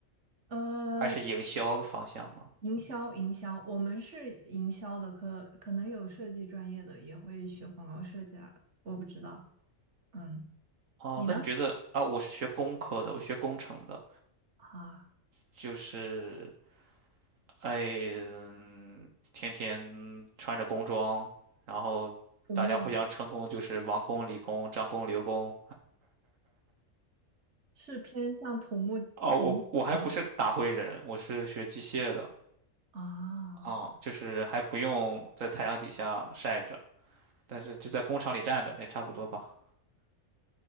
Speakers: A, on the right (about 60°); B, on the right (about 80°).
A: 呃，
B: 还是营销方向呢？
A: 营销，营销，我们是营销的可可能有设计专业的也会学广告设计啊，我不知道。嗯，
B: 哦，
A: 你呢？
B: 那你觉得啊，我是学工科的，我学工程的，
A: 啊，
B: 就是哎，嗯天天穿着工装，然后大家互相称工，
A: 土木
B: 就是王工、李工、张工、刘工。
A: 是偏向土木土木那种
B: 哦，我我还不是打灰人，我是学机械的。
A: 啊，
B: 啊，就是还不用在太阳底下晒着，但是就在工厂里站着也差不多吧。